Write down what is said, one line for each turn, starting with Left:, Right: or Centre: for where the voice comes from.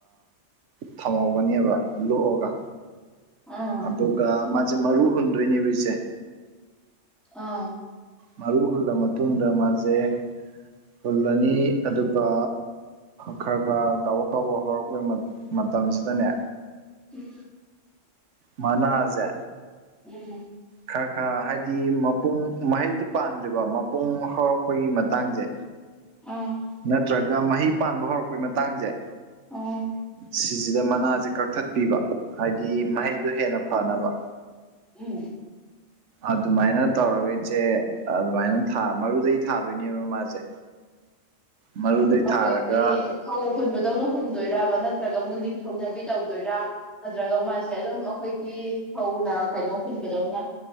Right: ꯊꯝꯍꯧꯒꯅꯦꯕ ꯂꯣꯛꯑꯒ
Centre: ꯑꯥ
Right: ꯑꯗꯨꯒ ꯃꯥꯁꯦ ꯃꯔꯨ ꯍꯨꯟꯗꯣꯏꯅꯦꯕ ꯏꯁꯦ
Centre: ꯑꯥ
Right: ꯃꯔꯨ ꯍꯨꯜꯂ ꯃꯇꯨꯡꯗ ꯃꯥꯁꯦ ꯍꯨꯜꯂꯅꯤ ꯑꯗꯨꯒ ꯈꯔ ꯈꯔ ꯀꯥꯎꯕ ꯀꯥꯎꯕ ꯍꯧꯔꯛꯄꯩ ꯃꯇꯝꯁꯤꯗꯅꯦ
Centre: ꯎꯝ
Right: ꯃꯅꯖꯦ
Centre: ꯎꯅꯦ
Right: ꯈꯔ ꯈꯔ ꯍꯥꯏꯗꯤ ꯃꯄꯨꯡ ꯃꯍꯩꯗꯤ ꯄꯥꯟꯗ꯭ꯔꯤꯕ ꯃꯄꯨꯡ ꯍꯧꯔꯛꯄꯒꯤ ꯃꯇꯥꯡꯁꯦ
Centre: ꯎꯝ
Right: ꯅꯠꯇ꯭ꯔꯒ ꯃꯍꯩ ꯄꯥꯟꯕ ꯍꯧꯔꯛꯄꯩ ꯃꯇꯥꯡꯁꯦ
Centre: ꯑꯥ
Right: ꯁꯤꯁꯤꯗ ꯃꯅꯥꯁꯦ ꯀꯛꯊꯠꯄꯤꯕ ꯍꯥꯏꯗꯤ ꯃꯍꯩꯗꯣ ꯍꯦꯟꯅ ꯐꯅꯕ
Centre: ꯎꯝ
Right: ꯑꯗꯨꯃꯥꯏꯅ ꯇꯧꯔꯒ ꯏꯆꯦ ꯑꯗꯨꯃꯥꯏꯅꯥ ꯃꯔꯨꯗꯒꯤ ꯊꯥꯗꯣꯏꯅꯦꯕ ꯃꯥꯁꯦ ꯃꯔꯨꯗꯩ
Centre: ꯑꯩꯈꯣꯏꯗꯤ
Right: ꯊꯥꯔꯒ
Centre: ꯐꯧ ꯍꯨꯟꯕꯗꯧꯅ ꯍꯨꯟꯗꯣꯏꯕ ꯅꯠꯇ꯭ꯔꯒ ꯃꯨꯜꯂꯤꯟꯊ ꯊꯣꯛꯅꯕꯤ ꯇꯧꯗꯣꯏꯔ ꯅꯠꯇ꯭ꯔꯒ ꯃꯥꯁꯦ ꯑꯗꯨꯝ ꯑꯩꯈꯣꯏꯒꯤ ꯐꯧꯅ ꯀꯩꯅꯣ ꯍꯨꯟꯕꯗꯧꯅ